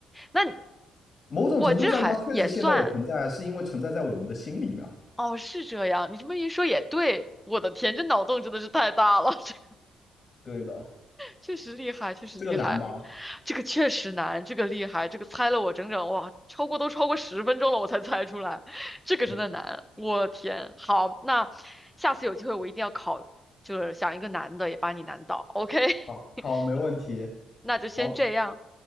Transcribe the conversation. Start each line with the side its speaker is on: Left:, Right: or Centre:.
Centre: 那你
Left: 某种程度上它确实现在也存在，
Centre: 我这还也算。
Left: 是因为存在在我们的心里面啊
Centre: 哦，是这样，你这么一说也对，我的天，这脑洞真的是太大了，<laughs> 这
Left: 对的，
Centre: 确实厉害，确实厉害，
Left: 这个难吧？
Centre: 这个确实难，这个厉害，这个猜了我整整哇，超过都超过十分钟了，我才猜出来，这个真的难，
Left: 对，
Centre: 我天，好，那下次有机会我一定要考，就是想一个难的也把你难倒，OK，
Left: 好，好，
Centre: <laughs>
Left: 没问题，
Centre: 那就先这样，
Left: 好